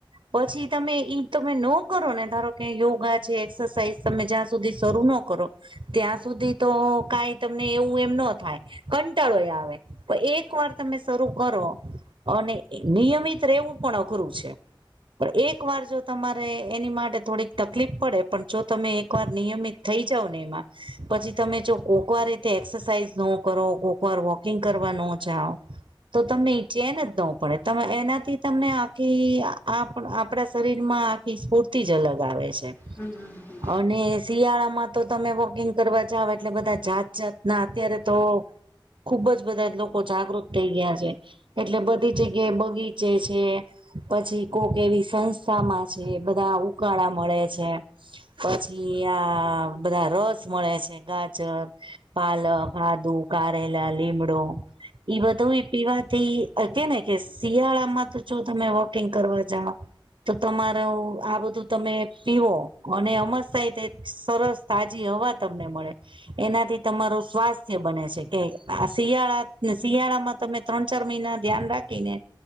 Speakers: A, on the right (about 65°); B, on the left (about 20°).
A: પછી, તમે ઈ તમે નો કરો ને ધારો કે યોગા છે, એક્સરસાઇઝ તમે જ્યાં સુધી શરૂ નો કરો, ત્યાં સુધી તો કાઈ તમને એવું એમ નો થાય, કંટાળોય આવે પણ એક વાર તમે શરૂ કરો. અને એ નિયમિત રેવું પણ અઘરું છે, પણ એક વાર જો. તમારે એની માટે થોડીક તકલીફ પડે, પણ જો તમે એકવાર નિયમિત થઈ જાવો ને એમાં. પછી, તમે જ કોક વાર રીતે એક્સરસાઇઝ નો કરો, કોક વાર વોકિંગ કરવા નો જાવ. તો તમને ઈચેન જ નો પડે. તમે એનાથી તમને આખી આપ આપણા શરીરમાં આખી સ્ફૂર્તિ જ અલગ આવે છે.
B: હુ, હુ, હુ,
A: અને શિયાળામાં તો તમે વોકિંગ કરવા જાવ. એટલે બધા જાત જાતના, અત્યારે તો ખૂબ જ બધા જ લોકો જાગૃત થઈ ગીયા છે. એટલે બધી જગ્યાએ બગીચે છે. પછી, કોક એવી સંસ્થામાં છે, બધા ઉકાળા મળે છે. પછી આ બધા રસ મળે છે. ગાજર, પાલક, આદુ, કારેલા, લીમળો ઈ બધુઈ પીવાથી અ કેને કે શિયાળામાં તો જો તમે વોકિંગ કરવા જાવ. તો તમારું, આ બધું તમે પીવો અને અમર સાહિત એક સરસ. તાજી હવા તમને મળે, એનાથી તમારું સ્વાસ્થ સ્થય બને છે કે, આ શિયાળા ન શિયાળામાં તમે ત્રણ-ચાર મઈના ધ્યાન રાખીને.